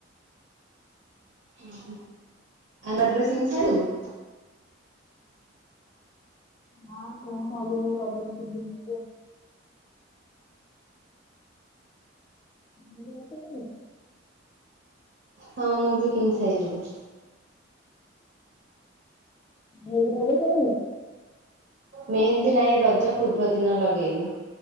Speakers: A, on the right; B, on the left.
A: ଓହ ଭଲ ଡ୍ରେସ୍ କିଣିସାରିଲୁଣି?
B: ହଁ କିଣି ସାରିଲିଣି ରଜ କିଛି ଦିନି ହେବ। କି ଡ୍ରେସ୍ କିଣିଲୁ?
A: ହଁ ମୁଁ ବି କିଣି ସାରିଲିଣି।
B: ହେଇ ଟି ଲାଗୁକରିବେ।
A: ମେହେନ୍ଦୀ ନାହିଁ ରଜ ପୂର୍ବ ଦିନ ଲଗେଇବ